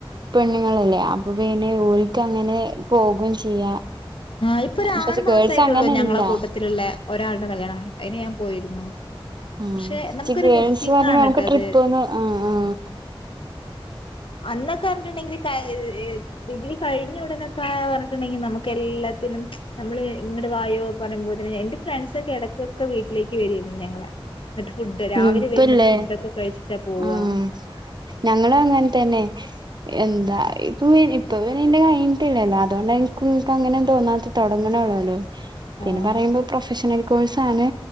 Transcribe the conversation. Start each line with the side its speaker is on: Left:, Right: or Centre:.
Right: പെണ്ണുങ്ങളല്ലെ അപ്പൊ പിന്നെ ഓര്ക്കങ്ങനെ പോകും ചെയ്യാ
Left: ആ ഇപ്പൊരാറ്
Right: പക്ഷെ
Left: മാസായിട്ടൊള്ളൂ
Right: ഗേൾസ് അങ്ങനെയല്ല
Left: ഞങ്ങള കൂട്ടത്തില്ള്ളെ ഒരാൾടെ കല്യാണം കയ് അയ്ന് ഞാൻ പോയിരുന്നു
Right: ആ
Left: പക്ഷെ നമുക്കൊരു
Right: ജ്ജ് ഗേൾസ്
Left: മിസ്സിംഗ്
Right: പറയുമ്പൊ
Left: ആണ്
Right: ഞമ്മക്ക്
Left: ട്ടോ
Right: ട്രിപ്പൊന്ന്
Left: അത്
Right: ആ ആ
Left: അന്നൊക്കെ ർഞ്ട്ട്ണ്ടെങ്കില് ക ഡിഗ്രി കയ്ഞ്ഞുടനൊക്ക പറ ഞ്ഞിട്ടുണ്ടെങ്കി നമുക്കെല്ലാത്തിനും നമ്മള് ഇങ്ങട്ട് വായോ പറയുമ്പോത്ത്ന് എന്റെ ഫ്രണ്ട്സെക്കെ എടക്കൊക്കെ വീട്ടിലേക്ക് വെരേരുന്നു ഞങ്ങളെ ന്ന്ട്ട് ഫുഡ് രാവിലെ
Right: ഉം ഇപ്പല്ലേ
Left: വെരും ന്ന്ട്ട് ഫുഡൊക്ക കഴിച്ചിട്ടാ പോവ
Right: ആഹ് ഞങ്ങളും അങ്ങൻത്തെന്നെ എന്താ ഇപ്പ വര് ഇപ്പൊ വ ന്നെ ന്റെ കയ്ഞ്ഞ്ട്ടില്ലല്ലോ അതൊണ്ട എനിക്ക് ക്കും അങ്ങനൊന്നും തോന്നാത്ത തോടങ്ങ്ണൊള്ളോലോ പിന്നെ
Left: ആഹ്
Right: പറയുമ്പോ പ്രൊഫഷണൽ കോഴ്സാണ്